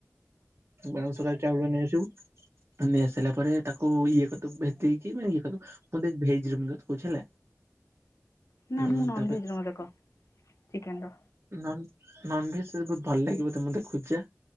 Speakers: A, on the right; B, on the left.
A: ବାଉଶର ଚାଉଳ ନେଇ ଆସିବୁ। ନେଇ ଆସିଲା ପରେ ତାକୁ ଇଏ କରିଦବୁ ଭେଦେଇକି ଇଏ କରିଦବୁ। ମୁଁ <unintelligible> କହୁଛି ହେଲା।
B: ନା
A: ଉଁ
B: ମୁଁ ନନଭେଜ
A: ତାପରେ
B: ର ମତେ କହ ଚିକେନ ର
A: ନ ନନଭେଜ ତତେ ବହୁତ ଭଲ ଲାଗିବ ତ ମୁଁ ଦେଖୁଛେ।